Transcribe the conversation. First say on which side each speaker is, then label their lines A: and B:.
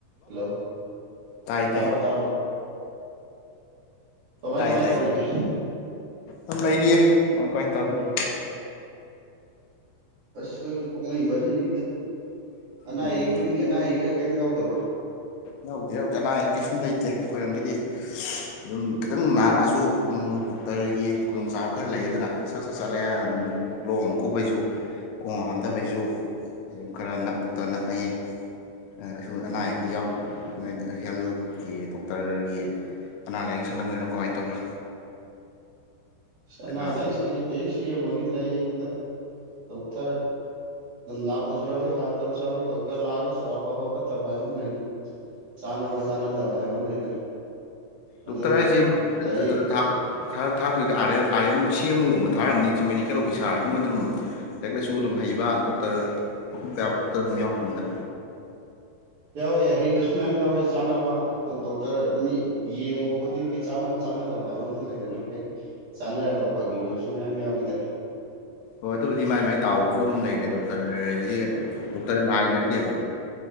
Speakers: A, on the right; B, on the left.
A: ꯍꯜꯂꯣ
B: ꯇꯥꯏ
A: ꯇꯥꯕ꯭ꯔꯣ
B: ꯇꯥꯏ
A: ꯇꯥꯕ꯭ꯔꯣ ꯀꯃꯥꯏ
B: ꯇꯥꯏꯌꯦ
A: ꯀꯃꯥꯏ
B: ꯇꯥꯏꯌꯦ
A: ꯇꯧꯔꯤꯒꯦ
B: ꯗꯨꯝ ꯂꯩꯔꯤꯌꯦ ꯀꯃꯥꯏ ꯀꯃꯥꯏꯟ ꯇꯧꯔꯤꯕ
A: ꯑꯁ ꯑꯩꯁꯨ ꯄꯥꯡꯅꯩ ꯃꯔꯩꯅꯤꯗ ꯑꯅꯥ
B: ꯎꯝ
A: ꯑꯌꯦꯛ ꯌꯨꯝꯒꯤ ꯑꯅꯥ ꯑꯌꯦꯛ ꯀꯩ ꯀꯔꯤꯝ ꯌꯥꯎꯗꯕ꯭ꯔꯥ
B: ꯌꯥꯎꯗꯦ ꯌꯥꯎꯗꯦ ꯑꯅꯥ ꯑꯌꯦꯛ ꯀꯩꯁꯨꯝ ꯂꯩꯇꯦ ꯈꯣꯏꯔꯣꯝꯒꯤꯗꯤ ꯑꯗꯨꯝ ꯈꯤꯇꯪ ꯅꯥꯔꯛꯑꯁꯨ ꯑꯗꯨꯝ ꯗꯣꯛꯇꯔꯒꯤ ꯈꯨꯗꯣꯡꯆꯥꯕ ꯈꯔ ꯂꯩꯌꯦꯗꯅꯅ ꯁꯠ ꯁꯠ ꯆꯠꯂꯦ ꯂꯣꯛ ꯑꯃ ꯈꯨꯕꯩꯁꯨ ꯈꯣꯡ ꯍꯥꯝꯊꯕꯩꯁꯨ ꯑꯗꯨꯝ ꯈꯔ ꯅꯛꯕꯨꯛꯇ ꯗꯣꯛꯇꯔ ꯅꯛꯅꯩꯌꯦ ꯑ ꯀꯩꯁꯨ
A: ꯎꯝ
B: ꯑꯅꯥ ꯑꯌꯦꯛꯇꯤ ꯌꯥꯎ ꯅꯣꯏꯗ ꯍꯦꯜꯂꯨꯄꯒꯤ ꯗꯣꯛꯇꯔꯒꯤ ꯑꯅꯥ ꯂꯥꯏꯌꯦꯡ ꯁꯪꯅ ꯅꯣꯏꯔꯣꯝ ꯀꯃꯥꯏꯅ ꯇꯧꯕ
A: ꯑꯅꯥ
B: ꯈꯔ
A: ꯂꯥꯌꯦꯡꯁꯪ ꯁꯦ ꯄꯤ ꯑꯩꯆ ꯁꯤ ꯑꯃꯕꯨꯗꯤ ꯂꯩꯌꯦ ꯑꯗꯣ ꯗꯣꯛꯇꯔ ꯑꯗꯨꯝ ꯂꯥꯛꯄꯁꯨ ꯌꯥꯎꯋꯤ ꯂꯥꯛꯇꯕꯁꯨ ꯌꯥꯎꯋꯤ ꯗꯣꯛꯇꯔ ꯂꯥꯛꯑꯒꯁꯨ ꯑꯐꯕ ꯐꯠꯇꯕ ꯍꯥꯏꯕ ꯑꯃ ꯂꯩꯗꯅ ꯆꯥꯅꯕ ꯆꯥꯅꯗꯕ ꯍꯥꯏꯕ ꯑꯃ ꯂꯩꯗꯅ ꯑꯗꯨꯅ
B: ꯗꯣꯛꯇꯔ ꯍꯥꯏꯖꯦ ꯃꯣꯏ
A: ꯂꯥꯏꯌꯦꯡ
B: ꯑꯗꯨꯗ ꯊꯥ ꯈꯔ ꯊꯥꯔꯛꯇꯣꯏꯗꯤ ꯑꯥꯔ ꯑꯥꯔ ꯑꯦꯝ ꯑꯣ ꯁꯤ ꯑꯦꯝ ꯑꯣꯒꯨꯝꯕ ꯊꯥꯛꯑꯝꯅꯤ ꯆꯤꯞ ꯃꯦꯗꯤꯀꯦꯜ ꯑꯣꯐꯤꯁꯥꯔ ꯑꯗꯨ ꯃꯣꯏꯗꯨ ꯑꯗꯨꯝ ꯂꯥꯏꯔꯤꯛ ꯂꯥꯏꯁꯨ ꯑꯗꯨꯝ ꯍꯩꯕ ꯗꯣꯛꯇꯔ ꯃꯐꯝ ꯀꯌꯥꯃꯛꯇ ꯑꯗꯨꯝ ꯌꯥꯎꯔꯝꯒꯅꯤꯗ
A: ꯌꯥꯎꯏ ꯍꯩꯕꯁꯨ ꯃꯌꯥꯝ ꯌꯥꯎꯋꯤ ꯆꯥꯅꯕ ꯑꯗꯨ ꯗꯣꯛꯇꯔ ꯃꯤ ꯌꯦꯡꯉꯨꯕ ꯈꯨꯗꯤꯡꯒꯤ ꯆꯥꯟꯅꯕ ꯆꯥꯟꯅꯗꯕ ꯍꯥꯏꯕ ꯑꯃꯁꯨ ꯂꯩꯗꯅ ꯍꯦꯛ ꯆꯥꯟꯅꯔꯒ ꯐꯒꯤꯕꯁꯨ ꯃꯌꯥꯝ ꯌꯥꯎꯋꯤꯗꯅ
B: ꯍꯣꯏ ꯑꯗꯨꯕꯨꯗꯤ ꯃꯥꯏ ꯃꯥꯏ ꯗꯥꯎꯁꯨ ꯑꯗꯨꯝ ꯂꯩꯔꯦ ꯗꯣꯛꯇꯔ ꯍꯥꯏꯁꯤꯗꯤ ꯗꯣꯛꯇꯔ ꯂꯥꯏꯅꯠ ꯅꯠꯇꯦꯕ